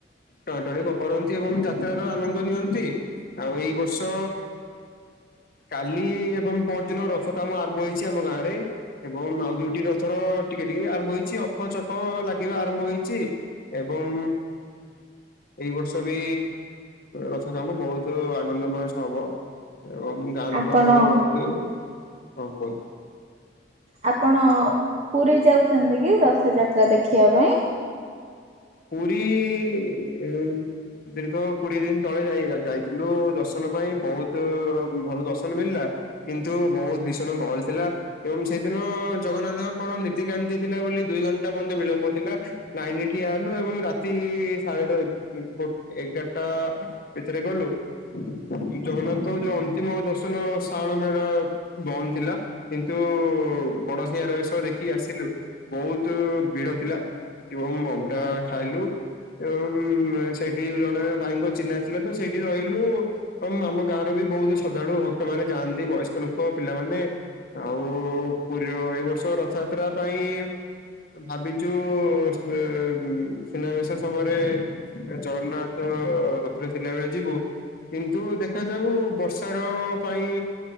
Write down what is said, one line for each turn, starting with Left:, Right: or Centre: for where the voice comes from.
Left: ଟଣା ଟଣି କରନ୍ତି ଏବଂ ଯାତ୍ରାର ଆନନ୍ଦ ନିଅନ୍ତି। ଆଉ ଏଇ ବର୍ଷ କାଲି ଏବଂ ପହର ଦିନ ରଥ କାମ ଆରମ୍ଭ ହେଇଚି ଆମ ଗାଁରେ। ଏବଂ ଆଉ ଦୁଇଟି ରଥର ଟିକେ ଟିକେ ଆରମ୍ଭ ହେଇଚି। ଅଖ ଚକ ଲାଗିବା ଆରମ୍ଭ ହେଇଚି। ଏବଂ ଏଇ ବର୍ଷ ବି ରଥ କାମ ବୋହୁତ ଆନନ୍ଦମୟ ସହ ହବ। ଏବଂ ଗାଁ ଲୋକଙ୍କର
Right: ଆପଣ
Left: ବୋହୁତୁ କଣ କୁହନ୍ତି
Right: ଆପଣ ପୁରି ଯାଉଚନ୍ତି କି ରଥଯାତ୍ରା ଦେଖିବା ପାଇଁ?
Left: ପୁରି ଇଁ ଦୀର୍ଘ କୋଡିଏ ଦିନ ତଳେ ଯାଇ-ଯାଇଥିଲୁ ଦର୍ଶନ ପାଇଁ ବୋହୁତୁ ଭଲ ଦର୍ଶନ ମିଳିଲା। କିନ୍ତୁ ବୋହୁତ ଭୀଷଣ ଗହଳି ଥିଲା। ଏବଂ ସେଇଦିନ ଜଗନ୍ନାଥଙ୍କ କଣ ନୀତିକାନ୍ତି ଥିଲା ବୋଲି ଦୁଇ ଘଣ୍ଟା ପର୍ଯ୍ୟନ୍ତ ବିଳମ୍ବ ଥିଲା। ଲାଇନରେ ଠିଆ ହେ ଲୁ ଏବଂ ରାତି ସାଢେ ଦୁଇ ଗୋଟେ ଏଗାରଟା ଭିତରେ ଗଲୁ। ଜଗନ୍ନାଥ ଯୋଉ ଅନ୍ତିମ ଦର୍ଶନ ଶାହାଣ ମେଳା ବନ୍ଦ ଥିଲା। କିନ୍ତୁ ବଡସିଂହାର ବେଶ ଦେଖିକି ଆସିଲୁ ବୋହୁତୁ ଭିଡ ଥିଲା। ଏବଂ ଅବଢା ଖାଇଲୁ। ଏବଂ ସେଠି ଜଣେ ଭାଇଙ୍କ ଚିହ୍ନା ଥିଲାତ ସେଇଠି ରହିଲୁ। ଏବଂ ଆମ ଗାଁର ବି ବୋହୁତୁ ଶ୍ରଦ୍ଧାଳୁ ଭକ୍ତମାନେ ଯାଆନ୍ତି। ବୟସ୍କ ଲୋକ ପିଲାମାନେ ଆଉ ପୁରିର ଏଇ ବର୍ଷ ରଥଯାତ୍ରା ପାଇଁ ଭାବିଚୁ <unintelligible> ଉଁ ସୁନାବେଶ ସମୟରେ ଜଗନ୍ନାଥ ରଥରେ ଥିଲା ବେଳେ ଯିବୁ। କିନ୍ତୁ ଦେଖାଯାଉ ବର୍ଷାର ପାଇଁ